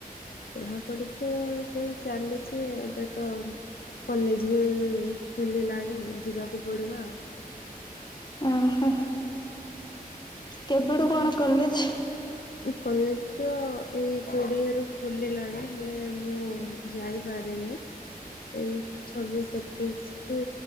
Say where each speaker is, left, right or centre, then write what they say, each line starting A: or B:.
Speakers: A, on the left; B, on the left.
A: ପଢାପଢି ତ ସେଇ ଚାଲିଛି ଏବେ ତ କଲେଜ୍ ବି ଖୋଲିଲାଣି ଯିବାକୁ ପଡ଼ିବ ଆଉ।
B: ଓହୋ। କେବେଠୁ କଣ କଲେଜ୍?
A: ଏ କଲେଜ୍ ତ ଏଇ କୋଡ଼ିଏରୁ ଖୋଲି ଲାଣି ହେଲେ ମୁଁ ଯାଇପାରିନି। ତେଇସି ଛବିଶ ସତ୍ ତେଇଶି ଠୁ